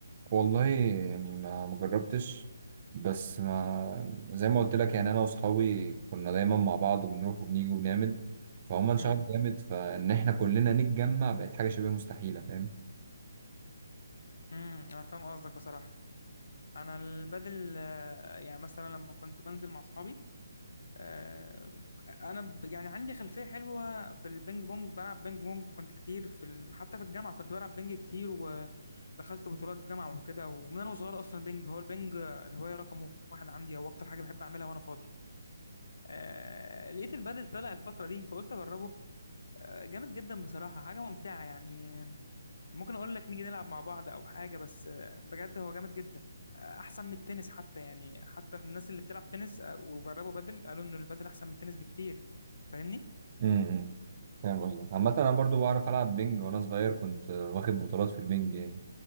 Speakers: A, on the right (about 35°); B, on the left (about 60°).
A: والله يعني ما ما جربتش بس ما زي ما قلت لك يعني انا واصحابي كنا دايما مع بعض وبنروح وبنيجي وبنعمل فهم انشغلوا
B: امم
A: جامد فان احنا كلنا نتجمع بقت حاجه شبه مستحيله فاهم
B: امم انا فاهم قصدك بصراحه انا البدل آه، يعني مثلا لما كنت بنزل مع اصحابي آه، انا ب- يعني عندي خلفيه حلوه في البينج بونج بلعب بينج بونج كنت كتير في ال... حتى في الجامعه كنت بلعب بينج كتير ودخلت بطولات جامعه وكده ومن انا صغير اصلا بينج هو البينج آه، الهوايه رقم واحد عندي او اكتر حاجه بحب اعملها وانا فاضي آه، لقيت البدل طلع الفتره دي فقلت اجربه آه، جامد جدا بصراحه حاجه ممتعه يعني ممكن اقول لك نيجي نلعب مع بعض او حاجه بس آه، بجد هو جامد جدا آه، احسن من التنس حتى يعني حتى الناس اللي بتلعب تنس آه، وجربوا بدل قالوا ان البدل احسن من التنس بكتير فاهمني
A: امم فاهم قصدك عامة أنا برضو بعرف ألعب بينج وأنا صغير كنت آه، واخد بطولات في البينج يعني